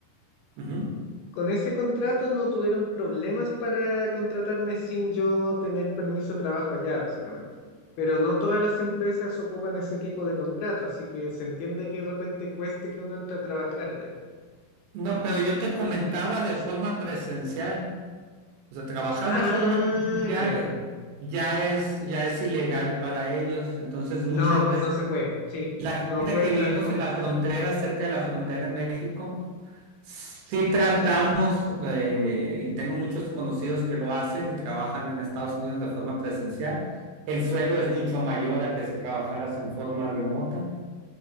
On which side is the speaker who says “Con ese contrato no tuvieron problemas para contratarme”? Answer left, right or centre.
Left